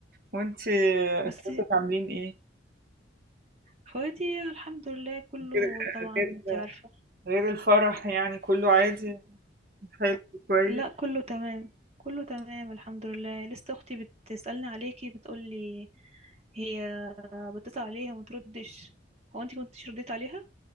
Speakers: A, on the right; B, on the right.
A: وانتي آه،
B: بس
A: اخواتك عاملين ايه؟
B: اخواتي الحمد لله كله
A: غير
B: طبعا
A: غير
B: انت عارفة
A: غير الفرح يعني كله عادي حلو كويس
B: لا كله تمام كله تمام الحمد لله لسه اختي بتسألني عليكي بتقولي هي بتسأل عليها وما تردش هو انت كنتش رديت عليها